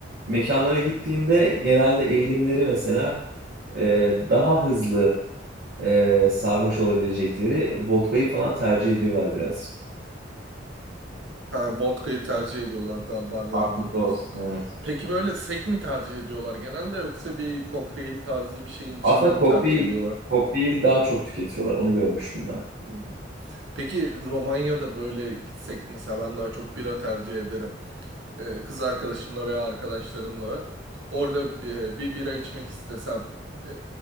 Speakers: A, on the right; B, on the right.
A: mekanlara gittiğinde genelde eğilimleri mesela e, daha hızlı e, sarhoş olabilecekleri vodkayı falan tercih ediyorlar biraz.
B: Ha, vodka'yı tercih ediyorlar daha barlarda
A: Aklında
B: diyorsun.
A: olsun evet.
B: Peki böyle sek mi tercih ediyorlar genelde yoksa bir kokteyl tarzı bir şeyin içinde
A: Aslında
B: mi
A: kokteyl,
B: tercih ediyorlar?
A: kokteyl daha çok tüketiyorlar. Onu görmüştüm ben.
B: Hmm. Peki Romanya'da böyle gitsek mesela ben daha çok bira tercih ederim. Ee, kız arkadaşımla veya arkadaşlarımla orada e, bir bira içmek istesem e,